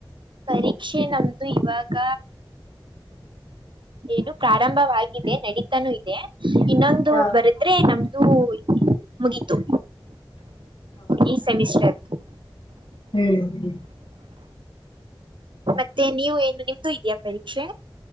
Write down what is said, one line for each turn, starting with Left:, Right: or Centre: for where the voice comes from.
Right: ಪರೀಕ್ಷೆ ನಮ್ದು ಇವಾಗ ಏನು ಪ್ರಾರಂಭವಾಗಿದೆ ನಡೀತಾನೂ ಇದೆ ಇನ್ನೊಂದು
Left: ಹಾ
Right: ಬರದ್ರೆ ನಮ್ದು ಮುಗಿತು ಈ ಸೆಮಿಸ್ಟರ್.
Left: ಹ್ಮ್್ಮ <inaudible>
Right: ಮತ್ತೆ ನೀವು ಏನು ನಿಮ್ದು ಇದೆಯಾ ಪರೀಕ್ಷೆ.